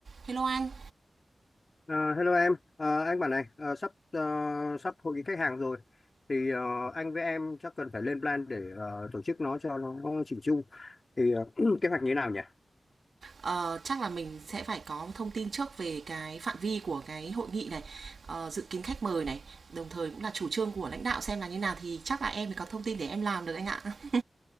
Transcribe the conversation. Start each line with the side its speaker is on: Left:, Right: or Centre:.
Right: Hello anh,
Left: Ờ, hello em, Ờ, anh bảo này, ờ, sắp ờ, sắp hội nghị khách hàng rồi, thì ờ, anh với em chắc cần phải lên plan để ờ, tổ chức nó cho nó chỉnh chu. Thì ờ, <clears throat> kế hoạch như thế nào nhỉ?
Right: ờ, chắc là mình sẽ phải có thông tin trước về cái phạm vi của cái hội nghị này, ờ, dự kiến khách mời này, đồng thời cũng là chủ trương của lãnh đạo xem là như nào thì chắc là em mới có thông tin để em làm được anh ạ. <laughs>